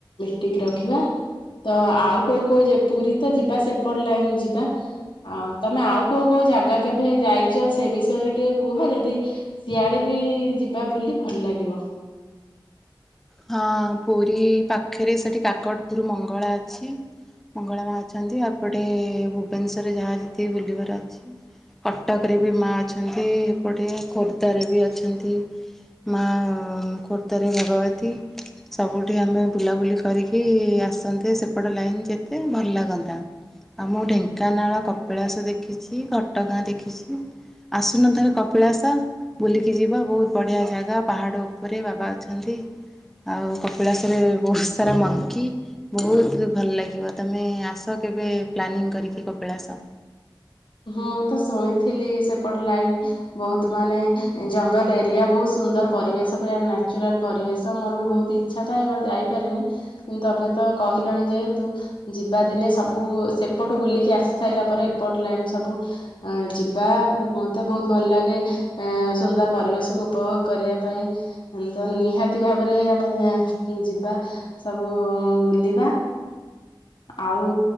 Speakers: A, on the left (about 70°); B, in the centre.
A: ଟିକେ ରଖିବା ତ ଆଉ କୋଉ କୋଉ ଯେ ପୁରୀ ତ ଯିବା ସେପଟ ଲାଇନ ଯିବା ଆଉ ତମେ ଆଉ କୋଉ କୋଉ ଯାଗା କେବେ ଯାଇଛ ସେ ବିଷୟରେ ଟିକେ କୁହ ଯଦି ସିଆଡ଼େ ବି ଯିବା ବୁଲି ଭଲ ଲାଗିବ।
B: ହଁ ପୁରୀ ପାଖରେ ସେଠି କାକଟପୁର ମଙ୍ଗଳା ଅଛି। ମଙ୍ଗଳା ମା ଅଛନ୍ତି ଆପଟେ ଭୁବନେଶ୍ୱରରେ ଯାହା ଯେତିକି ବୁଲିବାର ଅଛି। କଟକରେ ବି ମାଆ ଅଛନ୍ତି ଏପଟେ ଖୋର୍ଦ୍ଧାରେ ବି ଅଛନ୍ତି। ମା ଖୋର୍ଦ୍ଧାରେ ଭଗବତୀ। ସବୁଠି ଆମେ ବୁଲାବୁଲି କରିକି ଆସନ୍ତେ ସେପଟ ଲାଇନ୍ ଯେତେ ଭଲ ଲାଗନ୍ତା। ଆମ ଢେଙ୍କାନାଳ କପିଳାସ ଦେଖିଛି ଘଟଗାଁ ଦେଖିଛି। ଆସୁନଥରେ କପିଳାସ। ବୁଲିକି ଯିବା ବହୁତ ବଢ଼ିଆ ଜାଗା ପାହାଡ଼ ଉପରେ ବାବା ଅଛନ୍ତି। ଆଉ କପିଳାସରେ ବହୁତ ସାରା ମଙ୍କି। ବହୁତ ଭଲ ଲାଗିବ ତମେ ଆସ କେବେ ପ୍ଲାନିଂ କରିକି କପିଳାସ।
A: ହଁ ମୁଁ ତ ଶୁଣିଥିଲି ସେପଟ ଲାଇନ ବହୁତ ମାନେ ଜଙ୍ଗଲ ଏରିଆ ବହୁତ ସୁନ୍ଦର ପରିବେଶ ପୁରା ନାଚୁରାଲ ପରିବେଶ ମୋର ବି ବହୁତ ଇ ଇଚ୍ଛା ଥାଏ ଯାଇପାରେନି କିନ୍ତୁ ତମେତ କହିଲଣି ଯେହେତୁ ଯିବା ଦିନେ ସବୁ ସେପଟ ବୁଲିକି ଆସି ସାରିଲା ପରେ ଏପଟ ଲାଇନ୍ ସବୁ ଅ ଯିବା ମତେ ବହୁତ ଭଲ ଲାଗେ ଏ ସୁନ୍ଦର ପରିବେଶକୁ ଉପଭୋଗ କରିବା ପାଇଁ।। ତ ନିହାତି ଭାବରେ ଆମେ ଯିବା। ସବୁ ବୁଲିବା ଆଉ